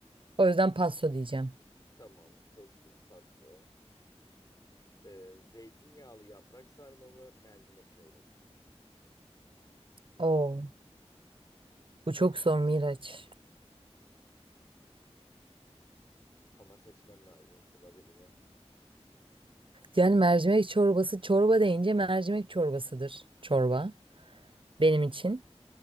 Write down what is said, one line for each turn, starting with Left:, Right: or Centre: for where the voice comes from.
Right: O yüzden pasto diyeceğim.
Left: Tamam, seçtik patso. E, zeytinyağlı yaprak sarma mı, mercimek çorbası mı?
Right: Oo, bu çok zor Miraç.
Left: Ama seçmen lazım Sıla birini.
Right: Yani mercimek çorbası, çorba deyince mercimek çorbasıdır çorba benim için.